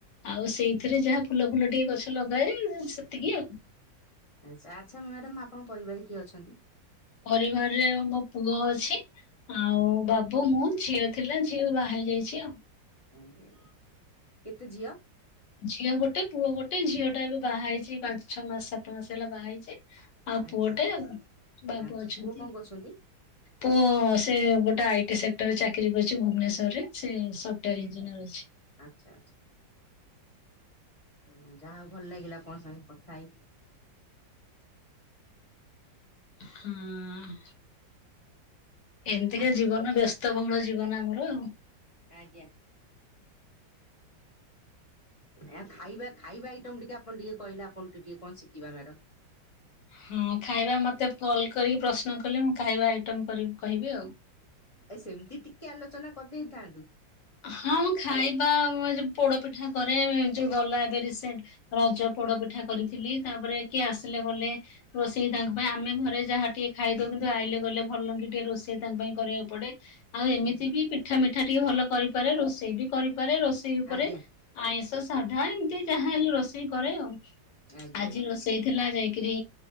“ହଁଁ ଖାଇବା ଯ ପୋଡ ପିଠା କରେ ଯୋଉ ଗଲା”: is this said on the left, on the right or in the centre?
Left